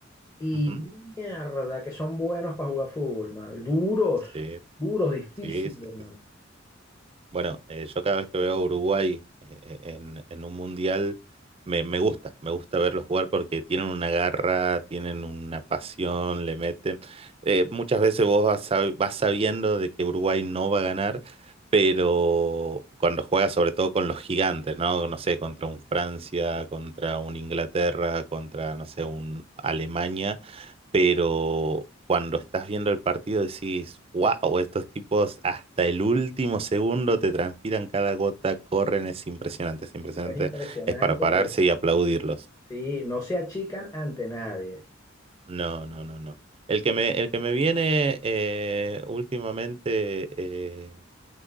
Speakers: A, on the left; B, on the right.
A: y
B: Ujú.
A: mierda, que son buenos para jugar fútbol, mano, y duros,
B: Sí,
A: duros, difíciles,
B: sí, sí,
A: mano.
B: sí, sí. Bueno, eh, yo cada vez que veo a Uruguay eh, eh, en, en un mundial, me, me gusta, me gusta verlos jugar porque tienen una garra, tienen una pasión, le meten. Eh, muchas veces vos vas, sab- vas sabiendo de que Uruguay no va a ganar, pero cuando juega sobre todo con los gigantes, ¿no? No sé, contra un Francia, contra un Inglaterra, contra, no sé, un Alemania pero cuando estás viendo el partido decís, wow, estos tipos hasta el último segundo te transpiran cada gota, corren, es impresionante, es impresionante,
A: Es impresionante,
B: es para pararse
A: eh,
B: y aplaudirlos.
A: sí, no se achican ante nadie.
B: No, no, no, no. El que me, el que me viene eh, últimamente eh,